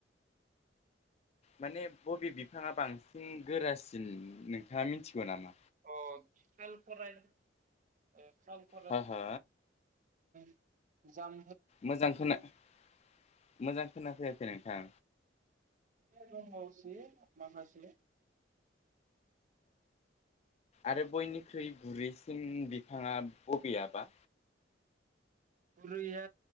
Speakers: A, on the left; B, on the right.
A: माने बबे बिफाङा बांसिन गोरासिन नोंथाङा मिथिगौ नामा?
B: अ सालखराय ओ। सावख
A: हो हो
B: <inaudible> जाम
A: मोजां खोनाआ खोनाफैखै नोंथां।
B: द दंबावसै माखासे।
A: आरो बयनिख्रुइ गुरैसिन बिफाङा बबेयाबा।
B: गुरैया